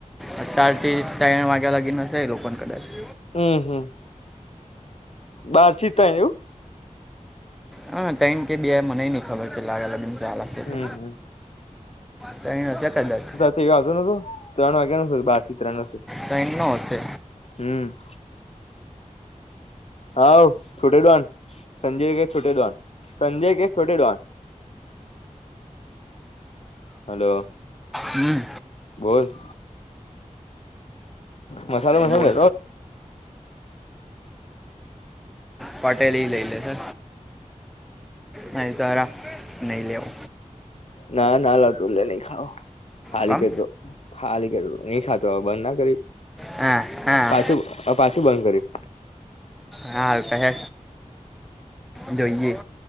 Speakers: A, in the centre; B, on the left (about 55°).
A: અ ચાર થી ત્રણ વાગ્યા લાગી નાશે, એ લોકો પણ કદાચ.
B: હમ, હમ. બારથી તું.
A: હા, ટમ કે બે મને નહીં ખબર કે લાગે, લગન ચાલશે તો.
B: હમ હમ
A: ક એ ન છે, કદાચ.
B: તે વાજુ ન તો ત્રણ વાગ્યા ને, બાર થી ત્રણ ન શું?
A: ત એ ન હશે.
B: હમ. હાઉ છોટે દોન સંજય કે, છોટે દોન સંજય કે, છોટે ડોન. હલો.
A: હમ.
B: બાય. મસાલો, મસાલ
A: બોલ
B: ક
A: પટેલી લઈ લે છે, નહી તાર નહીં લેવો.
B: ના, ના, લાવતો નહી ખાવા, ખાલી
A: કમ
B: કે તો ખાલી કર નહી ખાતો, હ, બંધ ના કરી.
A: હ, હા.
B: પાછું પાછું બંધ કર્યું.
A: હા, કહે જોઈએ.